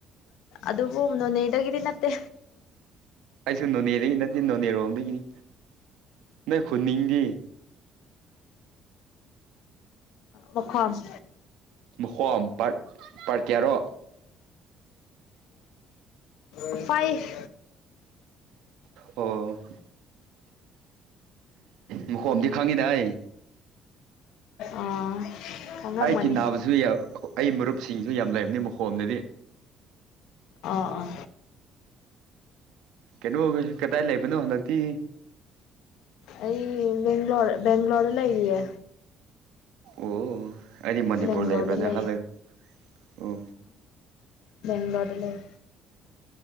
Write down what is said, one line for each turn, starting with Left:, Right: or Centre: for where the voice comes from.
Left: ꯑꯗꯨꯕꯨ ꯅꯣꯅꯦꯗꯒꯤꯗꯤ ꯅꯠꯇꯦ
Right: ꯑꯩꯁꯨ ꯅꯣꯅꯦꯗꯒꯤ ꯅꯠꯇꯦ ꯅꯣꯅꯦꯔꯣꯝꯗꯒꯤꯅꯤ ꯅꯣꯏ ꯍꯨꯅꯤꯡꯗꯤ
Left: ꯃꯈꯈ꯭ꯋꯥꯝ
Right: ꯃꯈꯣꯝ ꯄꯥꯔꯠ ꯄꯥꯔꯠ ꯀꯌꯥꯔꯣ
Left: ꯎ ꯐꯥꯏꯚ
Right: ꯑꯣ ꯃꯈꯨꯀꯣꯝꯗꯤ ꯈꯪꯉꯤꯗ ꯑꯩ
Left: ꯑꯥ ꯈꯪꯉꯝꯒꯅꯤ
Right: ꯑꯩ ꯇꯤ ꯅꯥꯕꯁꯨ ꯑꯩ ꯃꯔꯨꯞꯁꯤꯡꯁꯨ ꯌꯥꯝ ꯂꯩꯔꯕꯝꯅꯤ ꯃꯈꯣꯝꯗꯗꯤ
Left: ꯑꯥ ꯑꯥ
Right: ꯀꯩꯅꯣ ꯀꯗꯥꯏ ꯂꯩꯕꯅꯣ ꯍꯟꯗꯛꯇꯤ
Left: ꯑꯩ ꯕꯦꯡ꯭ꯂꯣꯔ ꯕꯦꯡꯒ꯭ꯂꯣꯔꯗ ꯂꯩꯔꯤꯌꯦ
Right: ꯑꯣ ꯑꯗꯤ ꯃꯅꯤꯄꯨꯔ
Left: ꯕꯦꯡꯒ꯭ꯂꯣꯔꯗ
Right: ꯂꯩꯕ꯭ꯔꯅꯦ
Left: ꯂꯩ
Right: ꯈꯜꯂ ꯑꯣ
Left: ꯕꯦꯡ꯭ꯂꯣꯔꯣꯔ ꯂꯩ